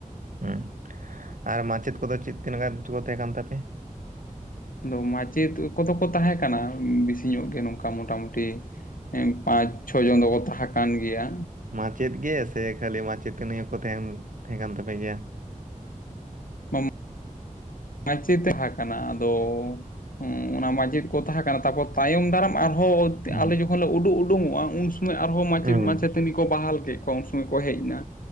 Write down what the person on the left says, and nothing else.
ᱟᱫᱚ ᱢᱟ. ᱪᱮᱫ ᱠᱚᱫᱚ ᱠᱚ ᱛᱟᱦᱮᱸ ᱠᱟᱱᱟ ᱵᱮᱥᱤ ᱧᱚᱜ ᱜᱮ ᱱᱚᱝᱠᱟ ᱢᱚᱴᱟᱢᱩᱴᱤ ᱯᱟᱸᱪ ᱪᱷᱚ ᱡᱚᱱ ᱫᱚᱠᱚ ᱛᱟᱦᱮᱸ ᱠᱟᱱ ᱜᱮᱭᱟ
ᱯᱚᱢ <unintelligible> ᱢᱟᱪᱮᱛ ᱛᱟᱡᱮ ᱠᱟᱱᱟ, ᱟᱫᱚ ᱦᱩᱸ ᱚᱱᱟ ᱢᱟᱪᱮᱫ ᱠᱚ ᱛᱟᱦᱮᱸ ᱠᱟᱱᱟ, ᱛᱟᱯᱚᱨ ᱛᱟᱭᱚᱢ ᱫᱟᱨᱟᱢ ᱟᱨᱦᱚᱸ
ᱟᱞᱮ ᱡᱚᱠᱷᱚᱱ ᱞᱮ ᱩᱰᱩᱠ ᱩᱰᱩᱠᱚᱜᱼᱟ, ᱩᱱ ᱥᱚᱢᱚᱭ ᱟᱨᱦᱚᱸ ᱢᱟᱪᱮᱫ
ᱢᱟᱪᱮᱫ ᱛᱟᱹᱱᱤ ᱠᱚ ᱵᱟᱦᱟᱞ ᱠᱮᱜ ᱠᱚᱣᱟ, ᱩᱱ ᱥᱚᱢᱚᱭ ᱠᱚ ᱦᱮᱡ ᱱᱟ,